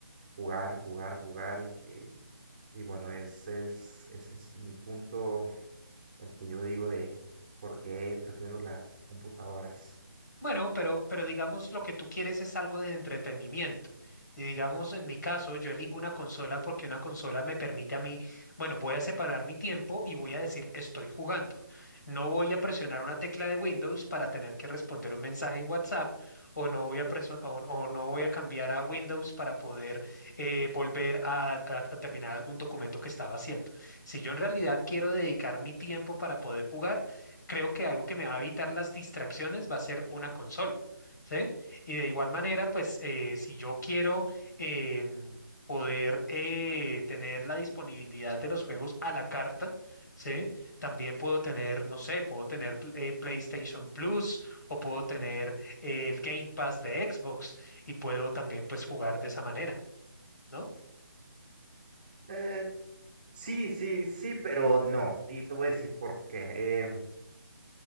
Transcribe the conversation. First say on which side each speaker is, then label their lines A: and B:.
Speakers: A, on the right; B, on the left.
A: jugar, jugar, jugar y, y- y bueno, ese es, ese es mi punto el que yo digo de por qué prefiero las computadoras.
B: Bueno, pero, pero digamos lo que tú quieres es algo de entretenimiento. Y digamos, en mi caso, yo elijo una consola porque una consola me permite a mí, bueno, voy a separar mi tiempo y voy a decir, estoy jugando. No voy a presionar una tecla de Windows para tener que responder un mensaje en WhatsApp o no voy a, preso- o, o no voy a cambiar a Windows para poder eh, volver a, a- a terminar algún documento que estaba haciendo. Si yo en realidad quiero dedicar mi tiempo para poder jugar, creo que algo que me va a evitar las distracciones va a ser una consola, ¿sí? Y de igual manera, pues eh, si yo quiero em, poder eh, tener la disponibilidad de los juegos a la carta, ¿sí? También puedo tener, no sé, puedo tener pl- eh, PlayStation Plus o puedo tener eh, el Game Pass de Xbox y puedo también pues jugar de esa manera. ¿no?
A: Eh, Sí, sí, sí, pero no. Y te voy a decir por qué. Em,